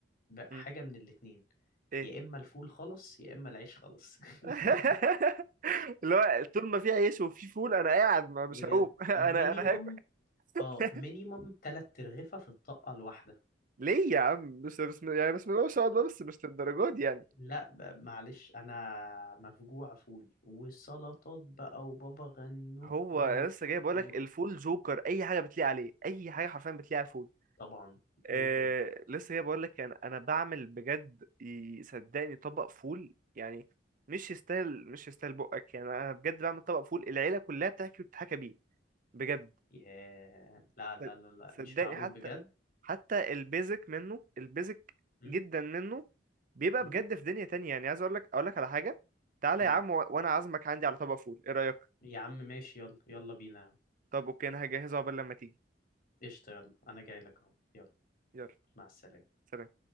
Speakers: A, on the left; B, on the right.
A: بحاجه
B: امم
A: من الاتنين
B: ايه
A: يا اما الفول خلص يا اما العيش خلص
B: <laughs>
A: <laughs>
B: اللي هو طول ما في عيش وفي فول انا قاعد ما
A: بجد
B: مش هقوم <laughs> انا
A: مينيمم
B: انا هاكل
A: اه
B: <laughs>
A: مينيمم تلات ترغفة في الطاقة الواحدة
B: ليه يا عم بس بسم يعني بسم الله ما شاء الله بس مش للدرجه دي يعني
A: لا ب- معلش انا مفجوع فول وسلطات بقى وبابا غنوج
B: هو
A: و...
B: أنا لسه جاي بقول
A: و...
B: لك الفول جوكر اي حاجه بتليق عليه اي حاجه حرفيا بتليق على الفول
A: طبعا
B: آه
A: جدا
B: لسه جاي بقول لك يعني انا بعمل بجد ي- صدقني طبق فول يعني مش يستاهل مش يستاهل بقك يعني انا بجد بعمل طبق فول العيله كلها بتحكي وتتحكى بيه بجد
A: ياه لا لا
B: صد-
A: لا لا
B: صدقني
A: مش معقول
B: حتى
A: بجد
B: حتى البيزك منه البيزك
A: م?
B: جدا منه بيبقى
A: م?
B: بجد في دنيا تانية يعني عايز اقول لك اقول لك على حاجه تعالى
A: م.
B: يا عم و- وانا عازمك عندي على طبق فول ايه رايك
A: يا عم ماشي يلا يلا بينا يا عم
B: طب اوكي انا هجهزه قبل لما تيجي
A: قشطة يلا انا جاي لك اهو يلا
B: يلا
A: مع السلامة
B: سلام